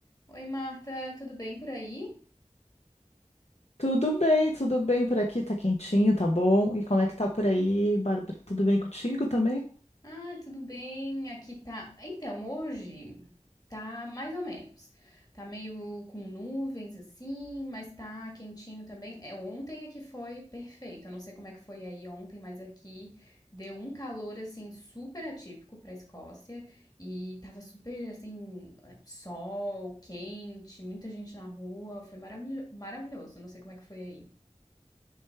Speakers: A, on the left; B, on the left.
A: Oi, Marta, tudo bem por aí?
B: Tudo bem, tudo bem por aqui, tá quentinho, tá bom. E como é que tá por aí, Bárbara? Tudo bem contigo também?
A: Ah, tudo bem, aqui tá. Então, hoje tá mais ou menos. Tá meio com nuvens assim, mas tá quentinho também. É, ontem é que foi perfeito. Eu não sei como é que foi aí ontem, mas aqui deu um calor assim super atípico pra Escócia e tava super assim, sol, quente, muita gente na rua. Foi maravilho- maravilhoso. Não sei como é que foi aí.